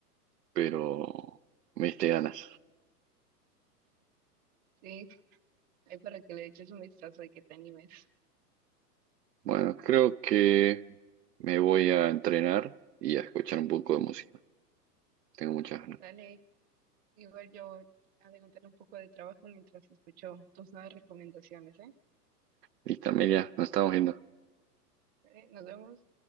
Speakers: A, on the right; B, on the right.
A: pero me diste ganas.
B: Sí, ahí para que le eches un vistazo y que te animes.
A: Bueno, creo que me voy a entrenar y a escuchar un poco de música. Tengo muchas ganas.
B: Dale, igual yo adelantaré un poco de trabajo mientras escucho tus nuevas recomendaciones, ¿eh?
A: Listo, Amelia, nos estamos viendo.
B: Dale, nos vemos.